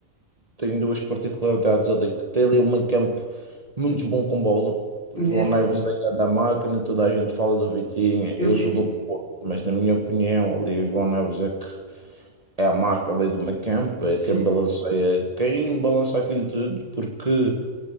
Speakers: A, on the right; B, on the left.
A: tem duas particularidades ali, que tem ali um meio-campo muito bom com bola. O João
B: mesmo,
A: Neves é grande da máquina, toda a gente fala do Vitinho
B: eu
A: eu
B: vi,
A: sou do Porto, mas na minha opinião, ali o João Neves é que é a marca ali do Mancamp, é
B: sim.
A: quem balanceia, quem balança aquilo tudo, porque